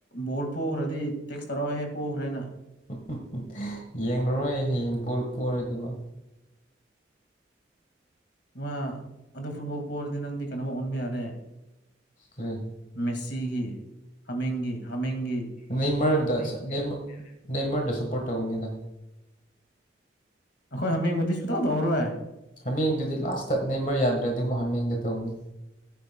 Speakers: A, on the left; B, on the left.
A: ꯕꯣꯜ ꯄꯣꯈ꯭ꯔꯗꯤ ꯇꯦꯛꯁ ꯊꯔꯥꯛꯑꯣꯍꯦ ꯄꯣꯈ꯭ꯔꯦꯅ
B: <unintelligible> ꯌꯦꯡꯂꯔꯣꯏ ꯍꯌꯦꯡ ꯕꯣꯜ ꯄꯣꯔꯗꯤ ꯃꯥ
A: ꯃꯥ ꯑꯗꯨ ꯐꯨꯠꯕꯣꯜ ꯄꯣꯔꯗꯤ ꯅꯪꯗꯤ ꯀꯩꯅꯣꯝꯃ ꯑꯣꯟꯕ ꯌꯥꯔꯦ
B: ꯀꯩ
A: ꯃꯦꯁꯤꯒꯤ ꯍꯥꯃꯦꯡꯒꯤ ꯍꯥꯃꯦꯡ__
B: ꯅꯩꯃꯔꯗ ꯁ ꯅꯦꯃ ꯅꯦꯃꯔꯗ ꯁꯄꯣꯔꯠ ꯇꯧꯒꯅꯤꯗ
A: ꯑꯩꯈꯣꯏ ꯍꯥꯃꯦꯡꯕꯨꯗꯤ ꯁꯨꯇꯧ ꯇꯧꯔꯔꯣꯏ
B: ꯍꯥꯃꯦꯡꯗꯨꯗꯤ ꯂꯥꯁꯇ ꯅꯦꯃꯔ ꯌꯥꯗ꯭ꯔꯗꯤ ꯑꯃꯨꯛ ꯍꯥꯃꯦꯡꯗ ꯇꯧꯅꯤ